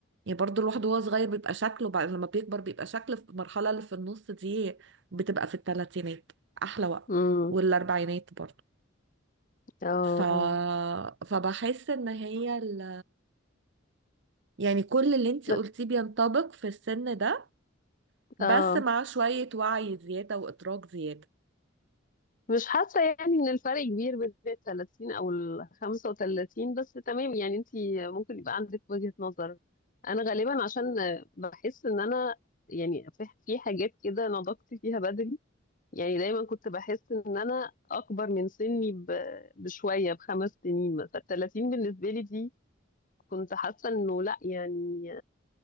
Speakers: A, on the right; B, on the left.
A: يعني برضو الواحد وهو صغير بيبقى شكله بعد لما بيكبر بيبقى شكله في المرحلة اللي في النص دي بتبقى في الثلاثينات أحلى وقت
B: امم
A: والأربعينات برضو
B: اه
A: ف...
B: اه
A: فبحس إن هي ال... يعني كل اللي انتي
B: ب-
A: قلتيه بينطبق في السن ده بس
B: اه
A: مع شوية وعي زيادة وإدراك زيادة
B: مش حاسة يعني ان الفرق كبير بين ال 30 او ال 35 بس تمام يعني انت ممكن يبقى عندك وجهة نظر انا غالبا عشان بحس ان انا يعني في في حاجات كده نضجت فيها بدري يعني دايما كنت بحس ان انا اكبر من سني ب- بشوية بخمس سنين مثلا 30 بالنسبة لي دي كنت حاسة انه لا يعني